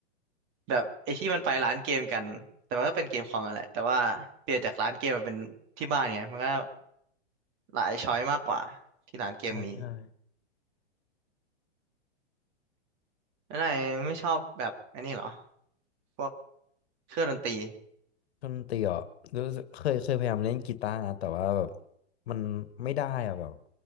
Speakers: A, on the right (about 35°); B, on the left (about 70°).
A: แบบไอ้ที่มันไปร้านเกมกันแต่มันก็เป็นเกมคอมนั่นแหละแต่ว่าเปลี่ยนจากร้านเกมมาเป็นที่บ้านไงมันก็หลายช้อยมากกว่าที่ร้านเกมมี
B: ใช่ใช่
A: แล้วนายไม่ชอบแบบอันนี้เหรอพวกเครื่องดนตรี <laughs>
B: ดนตรีอ่ะรู้สึกเคยเคยพยายามเล่นกีตาร์นะแต่ว่าแบบมันไม่ได้อ่ะแบบ